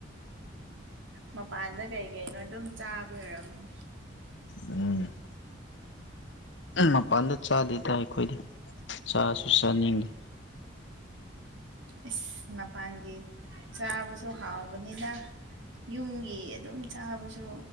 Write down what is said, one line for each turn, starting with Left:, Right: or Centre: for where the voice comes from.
Right: ꯃꯄꯥꯟꯗ ꯀꯩ ꯀꯩꯅꯣ ꯑꯗꯨꯝ ꯆꯥꯕ ꯑꯣꯏꯔꯝꯅꯤ꯫
Left: ꯎꯝ꯫ ꯃꯄꯥꯟꯗ ꯆꯥꯗꯦꯗ ꯑꯩꯈꯣꯏꯗꯤ ꯆꯥꯁꯨ ꯆꯥꯅꯤꯡꯗꯤ꯫
Right: ꯏꯁ ꯃꯄꯥꯟꯒꯤ ꯆꯥꯕꯁꯨ ꯍꯥꯎꯕꯅꯤꯗ꯫ ꯌꯨꯝꯒꯤ ꯑꯗꯨꯝ ꯆꯥꯕꯁꯨ